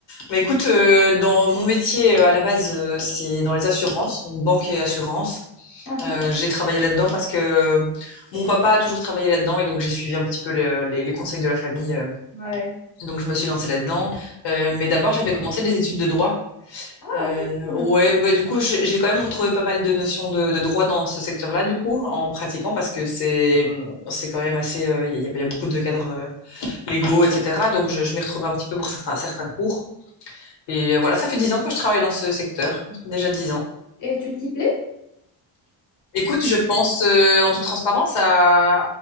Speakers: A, on the left (about 80°); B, on the left (about 45°).
A: Bah écoute, euh, dans mon métier euh, à la base, euh, c'est dans les assurances, donc banque et assurance.
B: Ah,
A: Euh,
B: ah.
A: j'ai travaillé là-dedans parce que euh, mon papa a toujours travaillé là-dedans et donc j'ai suivi un petit peu le- les, les conseils de la famille. euh,
B: Ouais.
A: donc je me suis lancée là-dedans. Euh, mais d'abord, j'avais commencé des études de droit.
B: Ah,
A: Euh,
B: ok, cool.
A: ouais, bah du coup, j'ai j'ai quand même retrouvé pas mal de notions de, de droit dans ce secteur-là, du coup, en pratiquant parce que c'est c'est quand même assez, euh, il y, a, y a- y a beaucoup de cadres euh, légaux, etc. Donc je, je m'y retrouvais un petit peu pour certains certains cours. Et euh, voilà, ça fait dix ans que je travaille dans ce secteur, déjà dix ans.
B: Et tu t'y plais?
A: Écoute, je pense euh, en toute transparence à,